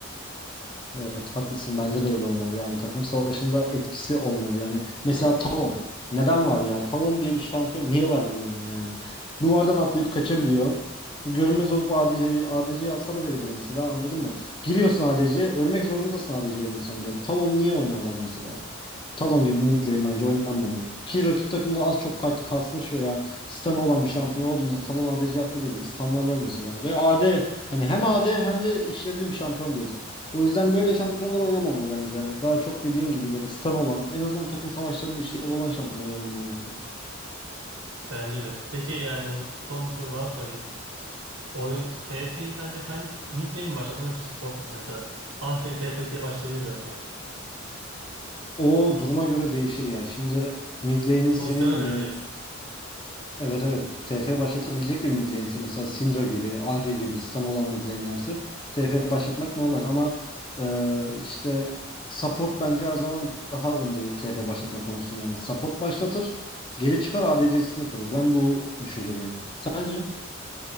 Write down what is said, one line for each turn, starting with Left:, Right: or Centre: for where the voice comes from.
Left: Evet haklısın bence de öyle olmalı yani takım savaşında etkisi olmalı yani mesela Talon neden var ya Talon diye bir şampiyon niye var bu oyunda yani duvardan atlayıp kaçabiliyor görünmez olup ADC'ye ADC'ye hasar verebiliyor mesela anladın mı giriyorsun ADC'ye ölmek zorundasın ADC'yi öldürsen bile Talon niye oynarlar mesela Talon gibi mid lane bence oynanmamalı. Ki rakip takımda az çok kaç kasmış veya stun'ı olan bir şampiyon olduğunda Talon ADC atladığı gibi stunlarlar mesela. Ve AD hani hem AD hem de işlevli bir şampiyon değil. O yüzden böyle şampiyonlar oynanmamalı bence yani. Daha çok dediğin gibi böyle stun olan en azından takım savaşlarında işlevi olan şampiyonlar oynanmalı midde.
Right: Bence de. Peki yani son bir soru daha sorayım. Oyun TF'yi sence hangi mid lane mi başlatmalı yoksa support mu? Mesela Ahri TFT'ye başlayabilir bence.
Left: O duruma göre değişir ya. Şimdi mid lane'in senin
Right: Pozisyona
Left: hani
Right: göre diyorsun.
Left: Evet evet. TF başlatabilecek bir mid lane'se mesela Syndra gibi, Ahri gibi stun olan mid lane'lerse TF başlatmak normal ama e, işte support bence her zaman daha önde TF başlatma konusunda yani. Support başlatır, geri çıkar ADC'sini korur. Ben bu düşüncedeyim. Sence?